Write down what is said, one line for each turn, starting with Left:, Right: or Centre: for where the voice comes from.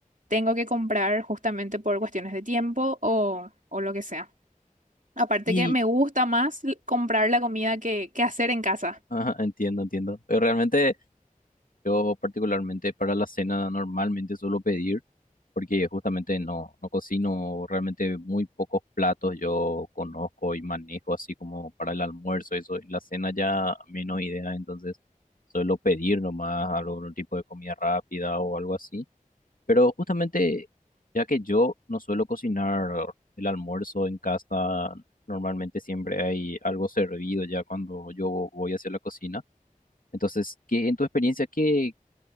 Right: tengo que comprar justamente por cuestiones de tiempo o, o lo que sea. Aparte
Left: Y,
Right: que me gusta más l- comprar la comida que, que hacer en casa.
Left: <laughs> ajá, entiendo, entiendo. Pero realmente Yo particularmente para la cena normalmente suelo pedir, porque justamente no, no cocino realmente muy pocos platos yo conozco y manejo, así como para el almuerzo, eso, y la cena ya menos idea, entonces suelo pedir nomás algún tipo de comida rápida o algo así. Pero justamente ya que yo no suelo cocinar el almuerzo en casa, normalmente siempre hay algo servido ya cuando yo voy hacia la cocina. Entonces, ¿qué en tu experiencia, qué